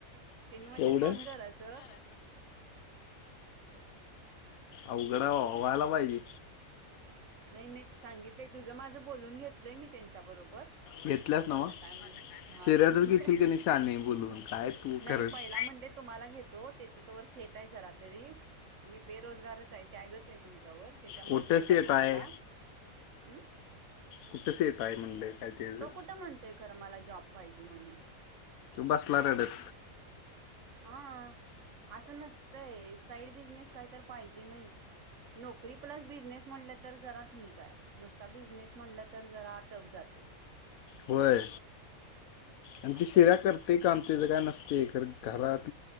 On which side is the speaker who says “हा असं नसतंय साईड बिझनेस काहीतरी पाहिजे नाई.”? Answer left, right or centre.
Right